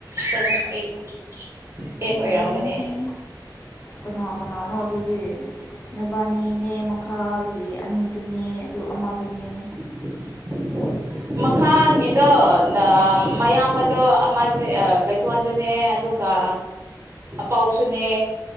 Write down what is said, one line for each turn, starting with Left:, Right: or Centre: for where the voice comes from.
Right: seven eight ꯑꯦꯦꯛ ꯑꯣꯏꯔꯝꯒꯅꯦ
Left: ꯌꯥꯝꯃꯤꯍꯦ ꯀꯅꯥ ꯀꯅꯥꯅꯣ ꯑꯗꯨꯗꯤ ꯅꯕꯥꯅꯤꯅꯦ ꯃꯈꯥꯒꯤ ꯑꯅꯤꯗꯨꯅꯦ ꯑꯗꯨ ꯑꯃꯗꯨꯅꯦ
Right: <inaudible> ꯃꯈꯥꯒꯤꯗꯣ ꯃꯌꯥꯝꯕꯗꯣ ꯂꯩꯩꯊ꯭ꯋꯥꯟꯗꯨꯅꯦ ꯑꯗꯨꯒ ꯑꯄꯥꯎꯁꯨꯅꯦ